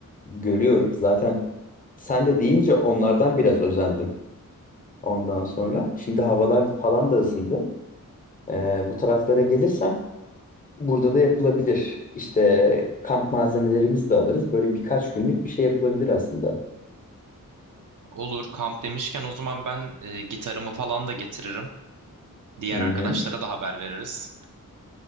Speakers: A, on the left (about 25°); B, on the right (about 65°).
A: görüyorum. Zaten sen de deyince onlardan biraz özendim ondan sonra. Şimdi havalar falan da ısındı. Ee, bu taraflara gelirsen burada da yapılabilir. İşte kamp malzemelerimizi de alırız. Böyle birkaç günlük bir şey yapılabilir aslında.
B: Olur kamp demişken o zaman ben e, gitarımı falan da getiririm. Diğer
A: Hı hı.
B: arkadaşlara da haber veririz.